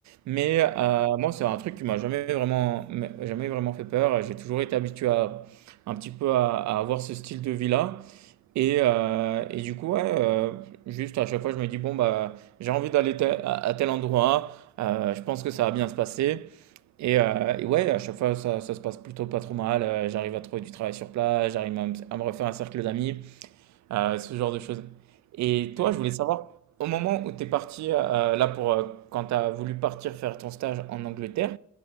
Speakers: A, on the right (about 65°); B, on the left (about 65°).
A: Mais
B: Ouais,
A: euh, moi, c'est un truc qui m'a jamais vraiment, jamais vraiment fait peur. J'ai toujours été habitué à un petit peu à, à avoir ce style de vie-là. Et, euh, et du coup, ouais, euh, juste à chaque fois, je me dis, bon, bah, j'ai envie d'aller tel- à, à tel endroit, euh, je pense que ça va bien se passer. Et, euh, et ouais, à chaque fois, ça, ça se passe plutôt pas trop mal. Euh, j'arrive à trouver du travail sur place, j'arrive à, me à me refaire un cercle d'amis, euh, ce genre de choses. Et
B: OK. Heu,
A: toi, je voulais savoir, au moment où tu es parti, euh, là, pour, euh, quand tu as voulu partir faire ton stage en Angleterre,